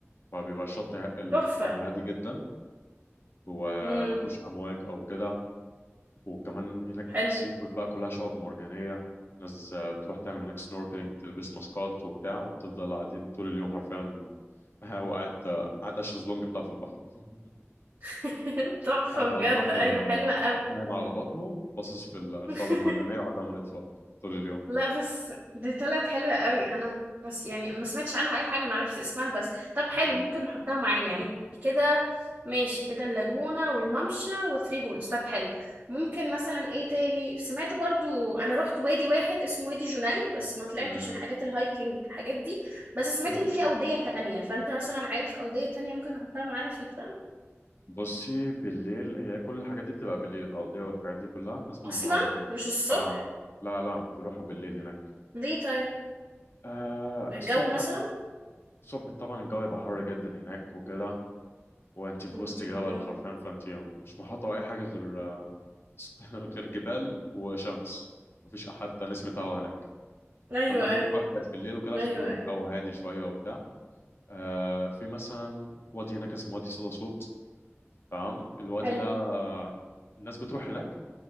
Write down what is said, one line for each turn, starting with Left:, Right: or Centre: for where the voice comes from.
Left: فبيبقى الشط ه- البحر
Right: تحفه
Left: هادي جدا وما
Right: امم
Left: فيهوش امواج او كده وكمان هناك
Right: حلو
Left: الثري بولز بقى كلها شعاب مرجانية ناس آه، بتروح تعمل هناك سنوركلينج تلبس ماسكات وبتاع وتفضل قاعدين طول اليوم حرفيا <laughs> وقاعد قاعد على الشезлونج بتاعه في البحر <laughs>
Right: <laughs> تحفه
Left: قاعد
Right: بجد
Left: على البحر
Right: ايوه حلوه قوي
Left: نايم على بطنه باصص في الشعب
Right: <laughs>
Left: المرجانية وقاعد عمال يتفرج طول اليوم
Right: لا بس دي طلعت حلوة قوي انا بس يعني ما سمعتش عنها اي حاجة انا عرفت اسمها بس طب حلو
Left: مم.
Right: ممكن نحطها معانا يعني كده ماشي كده اللاجونة والممشى وثري بولز طب حلو ممكن مثلا ايه تاني سمعت برضو انا رحت وادي واحد اسمه وادي جنين بس ما طلعتش
Left: مم.
Right: الحاجات الهايكنج الحاجات دي بس سمعت
Left: مم.
Right: ان في اودية تانية فانت مثلا عارف اودية تانية ممكن نحطها معانا في البلان
Left: بصي بالليل هي كل الحاجات دي بتبقى بالليل الأوضية والحاجات دي كلها الناس بتطلع
Right: اصلا
Left: بالليل
Right: مش الصبح
Left: اه لا لا بتروحوا بالليل هناك
Right: ليه طيب
Left: آه
Right: الجو
Left: الصبح
Right: مثلا
Left: الصبح طبعا الجو هيبقى حر جدا هناك وكده وانت في
Right: امم
Left: وسط جبل
Right: أمم.
Left: حرفيا فانت مش محاطة بأي حاجة غير <laughs> غير جبال وشمس مفيش حتى نسمة هوا هناك
Right: ايوه
Left: فالناس بتروح
Right: ايوه
Left: بالليل وكده عشان
Right: ايوه
Left: يبقى
Right: ايوه
Left: الجو هادي شوية وبتاع آه، في مثلا وادي هناك اسمه وادي صدى صوت تمام الوادي
Right: حلو
Left: ده آه، الناس بتروح هناك